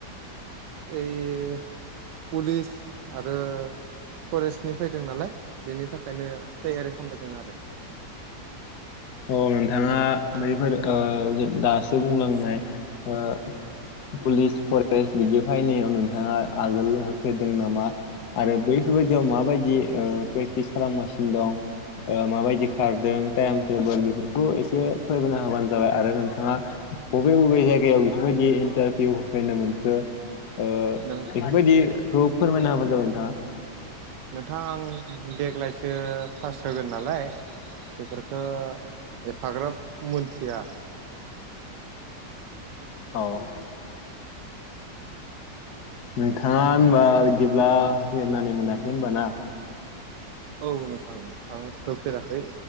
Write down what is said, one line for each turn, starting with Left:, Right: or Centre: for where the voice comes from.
Right: ओरै पुलिस आरो फरेस्टनि फैदों नालाय बेनि थाखायनो थयारि खालामबायदों आरो।
Left: औ नोंथाङा बैफोर ओ दासो बुंलांनाय ओ पुलिस फरेस्ट बिदि फैनायाव नोंथाङा आगोल होफेरदों नामा? आरो बैफोरबायदियाव माबायदि ओ प्रेक्टिस खालामगासिनो दं? माबायदि खारदों टाइम टेबोल बेफोरखौ एसे फोरमायना होबानो जाबाय आरो नोंथाङा बबे बबे जायगायाव बेफोरबायदि इन्टारभिउ होफेरनो मोनखो ओ
Right: नों
Left: बेफोरबायदिखौ फोरमायना होबानो जाबाय नोंथाङा।
Right: नोंथां आं देग्लायसो पास होगोन नालाय बेफोर ओ एफाग्राब मिनथिया।
Left: अह नोंथाङा होनबा बिदिब्ला होफेेरनानै मोनाखै होनबाना?
Right: औ नोंथां आं होफेराखै